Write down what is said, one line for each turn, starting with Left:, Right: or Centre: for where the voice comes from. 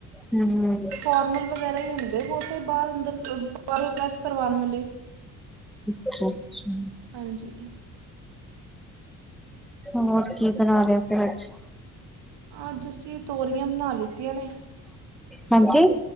Centre: ਹੂੰ-ਹੂੰ।
Right: ਫੋਰਮਲ ਵਗੈਰਾ ਹੀ ਹੁੰਦੇ ਬਹੁਤੇ ਬਾਹਰ ਅੰਦਰ ਪ੍ਰੈਸ ਕਰਵਾਉਣ ਵਾਲੇ।
Centre: ਅੱਛਾ-ਅੱਛਾ।
Right: ਹਾਂਜੀ।
Centre: ਹੋਰ ਕੀ ਬਣਾ ਰਹੇ ਓ ਫੇਰ ਅੱਜ?
Right: ਅੱਜ ਅਸੀ ਤੋਰੀਆਂ ਬਣਾ ਲਿੱਤੀਆਂ ਨੇ।
Centre: ਹਾਂਜੀ।